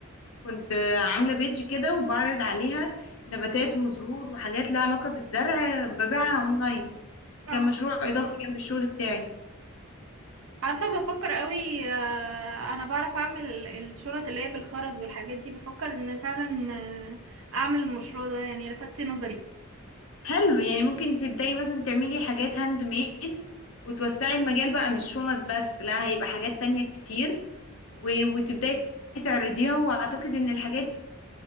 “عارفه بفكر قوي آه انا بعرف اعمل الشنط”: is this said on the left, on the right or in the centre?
Right